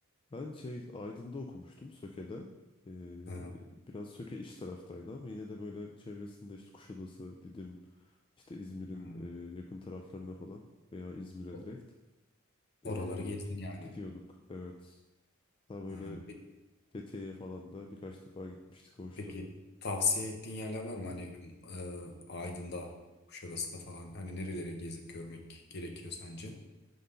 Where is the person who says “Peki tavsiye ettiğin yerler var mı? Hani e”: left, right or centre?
Left